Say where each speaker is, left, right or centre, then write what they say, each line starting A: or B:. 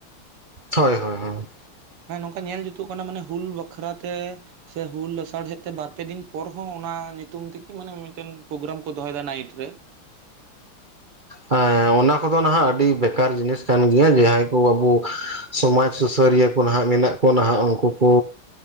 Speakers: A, on the right (about 35°); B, on the right (about 90°).
A: ᱦᱳᱭ ᱦᱳᱭ ᱦᱳᱭ
B: ᱦᱮᱸ ᱱᱚᱝᱠᱟ ᱧᱮᱞ ᱡᱩᱛᱩᱜ ᱠᱟᱱᱟ ᱢᱟᱱᱮ ᱦᱩᱞ ᱵᱟᱠᱷᱨᱟ ᱛᱮ ᱥᱮ ᱦᱩᱞ ᱞᱟᱥᱟᱲ ᱦᱮᱫ ᱛᱮ ᱵᱟᱨᱯᱮ ᱫᱤᱱ ᱯᱚᱨ ᱦᱚᱸ ᱚᱱᱟ ᱧᱩᱛᱩᱢ ᱛᱤᱜᱮ ᱢᱟᱱᱮ ᱢᱤᱫᱴᱮᱱ ᱯᱨᱳᱜᱨᱟᱢ ᱠᱚ ᱫᱚᱦᱚᱭ ᱮᱫᱟ ᱱᱟᱭᱤᱴ ᱨᱮ
A: ᱦᱮᱸ ᱚᱱᱟ ᱠᱚ ᱫᱚ ᱱᱟᱦᱟᱜ ᱟᱹᱰᱤ ᱵᱮᱠᱟᱨ ᱡᱤᱱᱤᱥ ᱠᱟᱱ ᱜᱮᱭᱟ ᱡᱟᱦᱟᱸᱭ ᱠᱚ ᱟᱵᱩ ᱥᱚᱢᱟᱡᱽ ᱥᱩᱥᱟᱹᱨᱤᱭᱟᱹ ᱠᱚ ᱱᱟᱦᱟᱜ ᱢᱮᱱᱟᱜ ᱠᱚ ᱱᱟᱦᱟᱜ ᱩᱱᱠᱩ ᱠᱚ